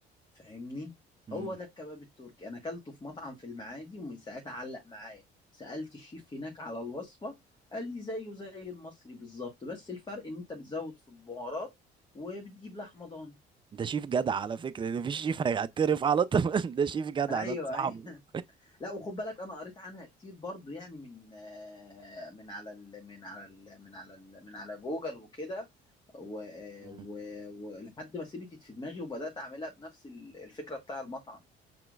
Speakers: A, on the left; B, on the right.
A: فاهمني
B: مم.
A: هو ده الكباب التركي انا اكلته في مطعم في المعادي ومن ساعتها علق معايا سالت الشيف هناك على الوصفه قال لي زيه زي المصري بالظبط بس الفرق ان انت بتزود في البهارات وبتجيب لحمه ضاني
B: ده شيف جدع على فكره ده مفيش شيف هيعترف على طول <laughs> ده شيف جدع
A: ايوه
B: ده صاحبه
A: ايوه لا وخد بالك انا قريت عنها كتير برضو يعني من آه، من على ال من على ال من على ال من على جوجل وكده ولحد
B: مم.
A: و- آه، و- ولحد ما سيبت في دماغي وبدات اعملها بنفس ال- الفكره بتاع المطعم